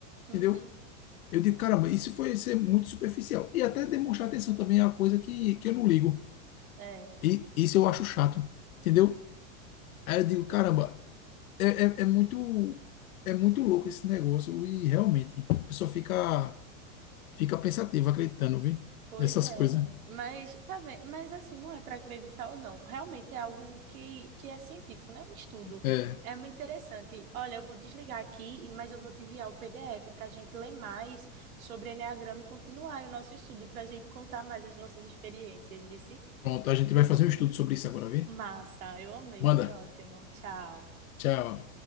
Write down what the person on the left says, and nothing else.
Entendeu?
Eu digo, caramba, isso foi ser muito superficial. E até demonstrar atenção também é uma coisa que, que eu não ligo.
E isso eu acho chato, entendeu? Aí eu digo, caramba, é, é, é muito é muito louco esse negócio e realmente a pessoa fica fica pensativa acreditando, viu?
Nessas
coisas.
É,
pronto, a gente vai fazer um estudo sobre isso agora, viu?
Manda.
Tchau.